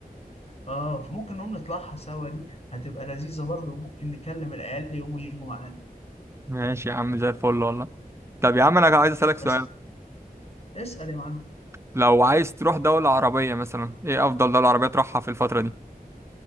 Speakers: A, on the left (about 40°); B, on the right (about 15°).
A: اه فممكن نقوم نطلعها سوا دي هتبقى لذيذة برضه وممكن نكلم العيال يقوموا يجوا معانا
B: ماشي يا عم زي الفل والله طب يا عم انا عايز اسالك
A: بس
B: سؤال
A: اسأل يا معلم
B: لو عايز تروح دولة عربية مثلا ايه افضل دولة عربية تروحها في الفترة دي